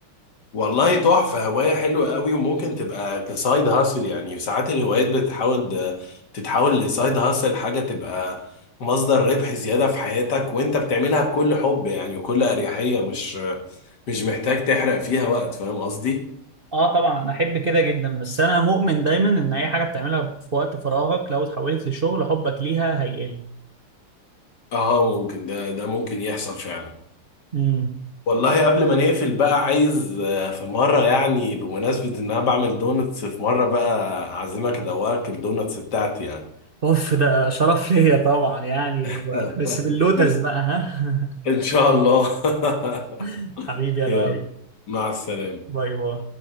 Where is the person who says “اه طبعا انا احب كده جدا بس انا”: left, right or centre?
Right